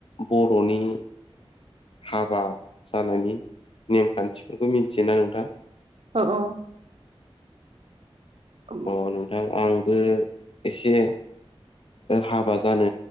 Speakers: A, on the left; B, on the right.
A: बर'नि हाबा जानायनि नेमखान्थिफोरखौ मिथियोना नोंथां?
B: अ अ <unintelligible>
A: औ नोंथां आंबो एसे ओ हाबा जानो